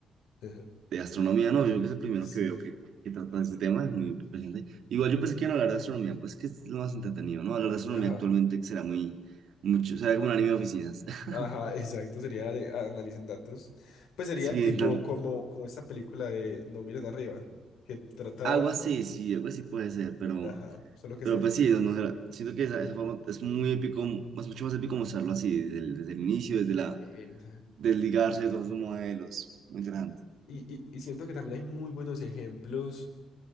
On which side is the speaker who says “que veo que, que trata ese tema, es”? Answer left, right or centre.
Right